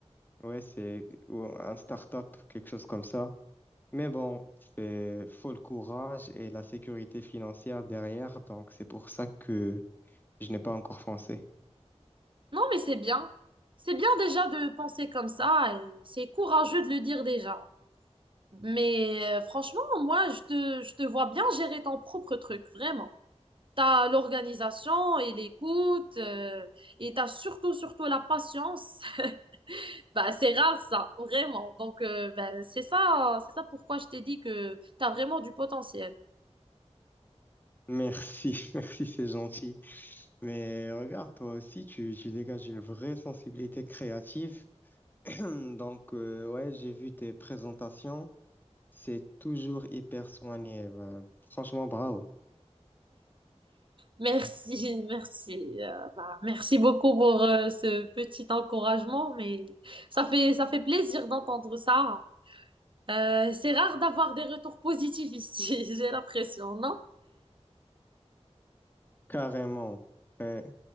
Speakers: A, on the left (about 15°); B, on the right (about 50°).
A: ouais, c'est ou un start-up, quelque chose comme ça. Mais bon, c'est faut le courage et la sécurité financière derrière, donc c'est pour ça que je n'ai pas encore foncé.
B: Non, mais c'est bien. C'est bien déjà de penser comme ça et c'est courageux de le dire déjà. Mais euh, franchement, moi, je te, je te vois bien gérer ton propre truc, vraiment. T'as l'organisation et l'écoute euh, et t'as surtout, surtout la patience. <laughs> Bah, c'est rare ça, vraiment. Donc, euh, bah, c'est ça, c'est ça pourquoi je t'ai dit que t'as vraiment du potentiel.
A: Merci, <laughs> merci, c'est gentil. Mais regarde, toi aussi, tu, tu dégages une vraie sensibilité créative. <clears throat> Donc, euh, ouais, j'ai vu tes présentations. C'est toujours hyper soigné. ben, franchement, bravo.
B: Merci, <laughs> merci. euh, bah, merci beaucoup pour euh, ce petit encouragement, mais ça fait, ça fait plaisir d'entendre ça. Euh, c'est rare d'avoir des retours positifs ici, <laughs> j'ai l'impression, non?
A: Carrément. Ouais.